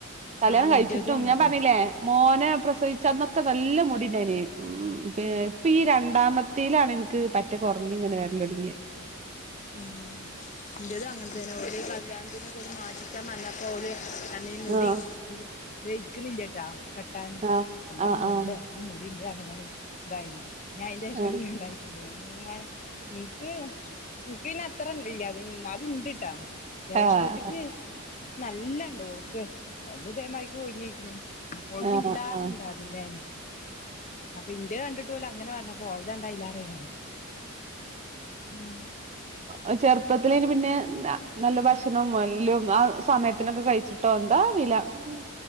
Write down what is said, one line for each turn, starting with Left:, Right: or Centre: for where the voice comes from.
Right: കല്യാണം
Left: ആഹ്
Right: കഴിച്ചിട്ടും
Left: ഇന്റതും അങ്ങൻതന്നെ
Right: ഞാൻ പറഞ്ഞില്ലേ മോനെ പ്രസവിച്ച അന്നൊക്കെ നല്ല മുടിണ്ടായിന് ഉം പിന്നെ
Left: ഉം
Right: ഇപ്പി ഈ രണ്ടാമത്തിലാണ്ൻക്ക് പറ്റെ കൊർഞ്ഞിങ്ങനെ വെര്ലൊട്ങ്ങിയെ
Left: ഉം, ന്റെതു അങ്ങൻതന്നെ ഓല് കല്യാൺത്തിനെക്കെ ഓല് മാറ്റിച്ചാൻ വന്നപ്പോ ഓല് ര <unintelligible> മുടി
Right: ആഹ്
Left: തില് വെയ്ക്ക്ണില്ല്യട്ടാ കെട്ടാന്
Right: ആഹ്
Left: നല്ല
Right: ആഹ്
Left: മുട ല്ല മുടിണ്ട് അർഞ്ഞികാണ്ട് ദായീനു. ഞാഐൻ്റെഷം
Right: ആഹ്
Left: പിന്നെന്തായി <unintelligible> ങ്ങനെ ഇൻക്ക് ഇൻക്ക് പിന്നെ അത്തറ ഇല്ല്യ. ന്നാലും ഉണ്ട്ട്ടാ ജ്യേഷ്ഠത്തിക്ക്
Right: ആഹ് ആഹ്
Left: നല്ലണ്ട് ഓക്ക് ഒൾത് ദേമായ്ക്ക് കൊ യ്ഞ്ഞെയ്ക്ക്ണ്.
Right: ആഹ്
Left: ഓൾത് ൻ്റിലേറണ്ടാതിൻ്റെന്നെ
Right: ആഹ് ആഹ്
Left: അപ്പിൻ്റെ കണ്ട് ഓല അങ്ങനെ പർഞ്ഞപ്പോ ഓൾതണ്ടായിലാറായികാരം. ഉം
Right: ആ ചെർപ്പത്തിലേന് പിന്നെ ന നല്ല ഭക്ഷണും എല്ലും ആ സമയത്തിനൊക്കെ കഴി ച്ചിട്ടോ ന്താ വില ഉം